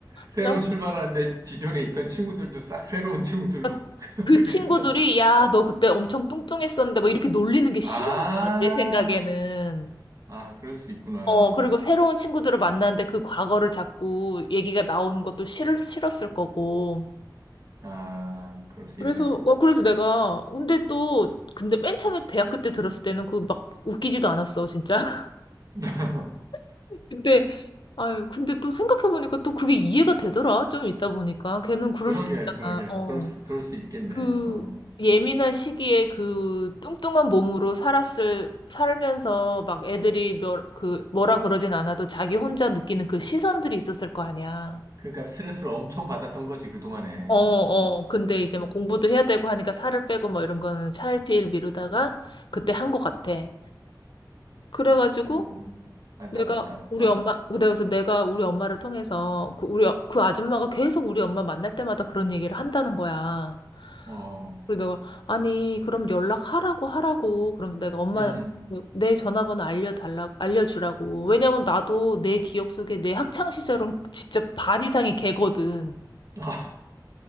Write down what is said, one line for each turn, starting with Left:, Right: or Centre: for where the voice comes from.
Right: 새로운
Left: 나
Right: 출발하는데 기존에 있던 친구들도 싹 새로운 친구들로
Left: 막
Right: <laughs>
Left: 그
Right: 그러겠나?
Left: 친구들이 야, 너 그때 엄청 뚱뚱했었는데 막 이렇게 놀리는 게 싫은
Right: 아,
Left: 거야, 내 생각에는.
Right: 아, 그럴 수 있구나.
Left: 어, 그리고 새로운 친구들을 만났는데 그 과거를 자꾸 얘기가 나오는 것도 싫을, 싫었을 거고.
Right: 아, 그럴 수
Left: 그래서,
Right: 있네.
Left: 어, 그래서 내가, 근데 또, 근데 맨 처음에 대학교 때 들었을 때는 그 막 웃기지도 않았어, 진짜.
Right: <laughs>
Left: <laughs> 근데, 아유, 근데 또 생각해보니까 또 그게 이해가 되더라, 좀 있다 보니까. 걔는 그럴
Right: 그러게,
Left: 수 있잖아,
Right: 그러게,
Left: 어.
Right: 그럴 수, 그럴 수 있겠네.
Left: 그
Right: 어,
Left: 예민한 시기에 그 뚱뚱한 몸으로 살았을, 살면서 막 애들이 며, 그 뭐라 그러진 않아도 자기 혼자 느끼는 그 시선들이 있었을 거 아니야.
Right: 그러니까 스트레스를 엄청 받았던 거지 그동안에.
Left: 어, 어.
Right: 어,
Left: 근데
Right: 음,
Left: 이제 뭐 공부도 해야 되고 하니까 살을 빼고 뭐 이런 거는 차일피일 미루다가 그때 한 것 같아. 그래가지고
Right: 아이고, 안타깝다.
Left: 내가 우리
Right: 어,
Left: 엄마, 그래서 내가 우리 엄마를 통해서 그 우리, 어- 그 아줌마가 계속 우리 엄마 만날 때마다 그런 얘기를 한다는 거야.
Right: 어,
Left: 그리고 내가 아니 그럼 연락하라고 하라고 그럼 내가 엄마
Right: 음,
Left: 내 전화번호 알려달라 알려주라고 왜냐면 나도 내 기억 속에 내 학창 시절은 진짜 반 이상이 걔거든
Right: 음. 아,